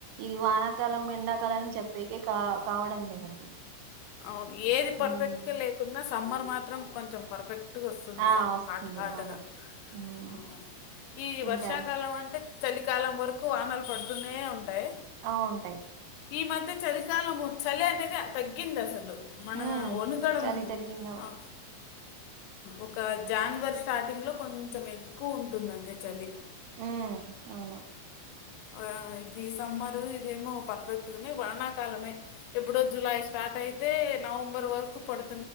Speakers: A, on the right; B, on the left.
A: ఇది వానాకాలం ఎండాకాలం అని చెప్ పేకే కా కావడం లేదు అసలు
B: అవును ఏది పర్ఫెక్ట్
A: ఉమ్
B: గా లేకున్న స్ సమ్మర్ మాత్రం కొంచెం పర్ఫెక్ ట్టుగా వస్తుంది
A: ఆ
B: స
A: వస్తుంది
B: హాట్ హాట్గా
A: అవును ఉమ్
B: ఆ ఈ
A: ఇంకా
B: వర్షాకాలం అంటే చలికాలం వరకు వానలు పడుతూనే ఉంటయి
A: ఆ ఉంటాయి
B: ఈ మధ చలికాలము చలి అనేది తగ్ గిందసలు మన
A: ఉమ్
B: ఒనుతడం
A: చలి తగ్గిందవు
B: ఆ ఒక జానువరి స్టార్టింగ్ లో కొంచెం ఎక్కువ ఉంటుందంతే చలి
A: ఉమ్ అవును
B: ఆ ఇది సమ్మరు ఇదేమో పర్ఫెక్ట్గానే వానాకాలమే ఎప్పుడో జులై స్టార్ట్ అయితే నవంబర్ వరకు పడు